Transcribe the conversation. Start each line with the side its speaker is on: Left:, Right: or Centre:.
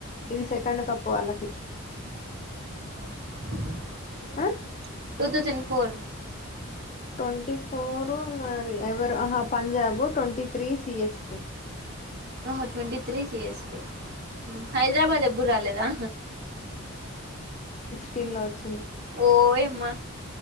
Left: ఇది సెకండ్ కప్పు వాళ్ళకి
Right: - <unintelligible>
Left: ఆహ్
Right: two thousand four
Left: twenty four మరి ఎవరు అహ పంజాబు ట్వంటీ త్రీ సిఎస్కే
Right: ఆహ ట్వంటీ త్రీ సియస్కె హైదరాబాద్ ఎబుడ్ రాలేదా
Left: స్టీన్లో వచ్చిం
Right: ఓయమ్మా